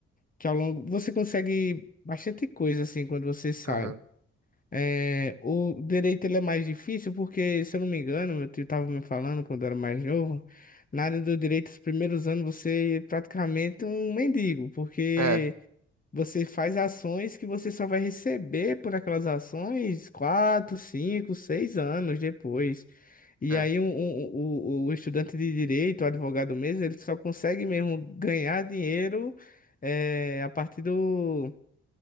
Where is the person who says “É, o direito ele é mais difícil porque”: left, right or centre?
Left